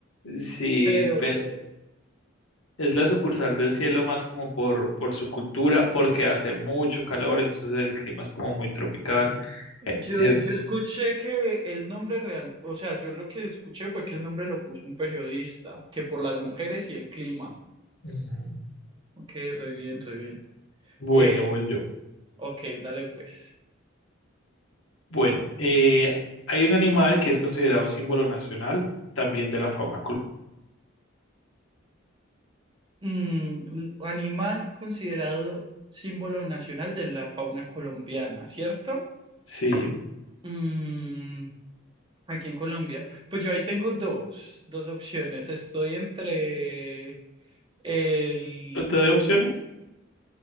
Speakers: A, on the left; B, on the right.
A: Sí,
B: pero
A: pero. Es la sucursal del cielo más como por, por su cultura, porque hace mucho calor, entonces el clima es como muy tropical.
B: yo,
A: Eh, Es,
B: yo escuché que el nombre real, o sea, yo lo que escuché fue que el nombre lo puso un periodista, que por las mujeres y el clima.
A: ujú.
B: Ok, re bien, re bien.
A: Bueno,
B: Eh,
A: voy yo.
B: ok, dale pues.
A: Bueno, eh, hay un animal que es considerado símbolo nacional también de la fauna colombiana.
B: Mm, un animal considerado símbolo nacional de la fauna colombiana, ¿cierto?
A: Sí,
B: Mm, aquí en Colombia. Pues yo ahí tengo dos, dos opciones. Estoy entre el,
A: te
B: el-
A: doy opciones.